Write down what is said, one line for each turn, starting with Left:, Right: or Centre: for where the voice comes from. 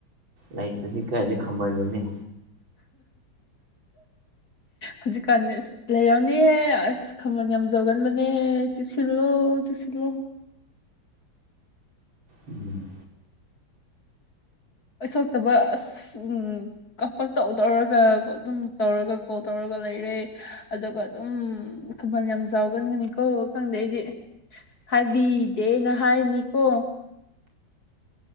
Right: ꯂꯩꯇꯗꯤ ꯀꯥꯏꯗꯤ ꯈꯝꯕꯜꯂꯨꯅꯦ
Left: ꯍꯧꯖꯤꯛꯀꯥꯟ ꯂꯩꯔꯝꯅꯦꯍꯦ ꯑꯁ ꯈꯃꯜ ꯌꯥꯝꯖꯧꯒꯟꯕꯅꯦ ꯆꯨꯁꯤꯜꯂꯣ ꯆꯨꯁꯤꯜꯂꯣ
Right: ꯎꯝ
Left: ꯑꯣꯏꯊꯣꯛꯇꯕ ꯑꯁ ꯎꯝ ꯀꯄ ꯇꯧ ꯇꯧꯔꯒ ꯑꯗꯨꯝ ꯇꯧꯔꯒ ꯀꯣꯜ ꯇꯧꯔꯒ ꯂꯩꯔꯦ ꯑꯗꯨꯒ ꯑꯗꯨꯝ ꯈꯨꯃꯟ ꯌꯥꯝ ꯆꯥꯎꯒꯟꯒꯅꯤ ꯀ ꯈꯪꯗꯦ ꯑꯩꯗꯤ ꯍꯥꯏꯕꯤꯗꯦ ꯑꯩꯅ ꯍꯥꯏꯅꯤꯀꯣ